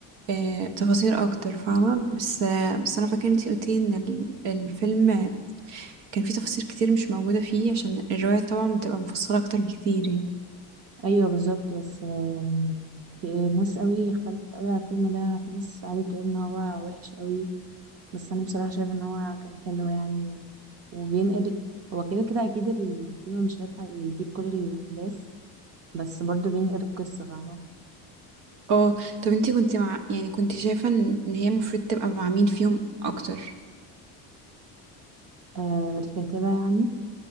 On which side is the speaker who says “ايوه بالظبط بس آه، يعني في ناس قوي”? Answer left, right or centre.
Right